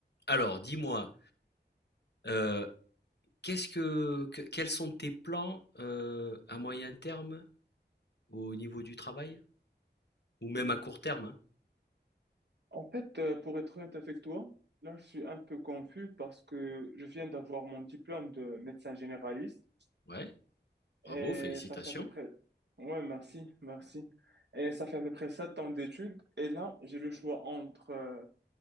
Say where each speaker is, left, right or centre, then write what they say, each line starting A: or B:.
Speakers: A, on the left; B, on the right.
A: Alors, dis-moi, heu, qu'est-ce que que quels sont tes plans, heu, à moyen terme au niveau du travail? Ou même à court terme, hein?
B: En fait, euh, pour être honnête avec toi, là, je suis un peu confus parce que je viens d'avoir mon diplôme de médecin généraliste
A: Ouais,
B: et
A: bravo, félicitations.
B: ça fait à peu près... Ouais, merci, merci. Et ça fait à peu près sept ans d'études et là, j'ai le choix entre euh,